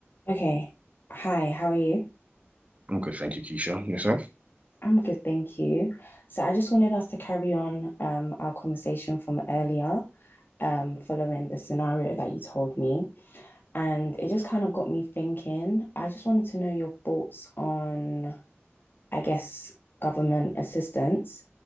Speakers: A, on the left; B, on the right.
A: Okay. Hi, how are you?
B: I'm good, thank you, Keisha. Yourself?
A: I'm good, thank you. So I just wanted us to carry on um, our conversation from earlier, um, following the scenario that you told me. And it just kind of got me thinking. I just wanted to know your thoughts on, I guess, government assistance.